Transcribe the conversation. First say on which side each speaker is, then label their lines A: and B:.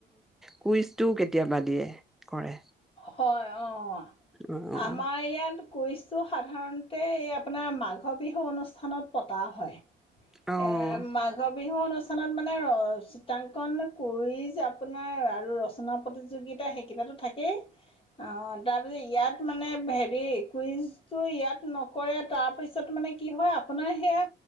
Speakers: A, in the centre; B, on the left.
A: কুইজটো কে কেতিয়াবা দিয়ে। কৰে,
B: হয় ', -অহ ',
A: অ', অ',
B: আমাৰ ইয়াত কৈছো সাধাৰণতে এই আপোনাৰ মাঘ বিহু অনুষ্ঠানত পতা হয়।
A: অ',
B: এ', মাঘ, বিহু অনুষ্ঠানত মানে ৰ, ' চিত্ৰাংকন, কুইজ আপোনাৰ আৰু ৰচনা- প্ৰতিযোগিতা, সেইকেইটাতো থাকেই। অ তাৰপিছত ইয়াত মানে হেৰি কুইজটো ইয়াত নকৰে তাৰপিছত মানে কি হয় আপোনাৰ সেয়া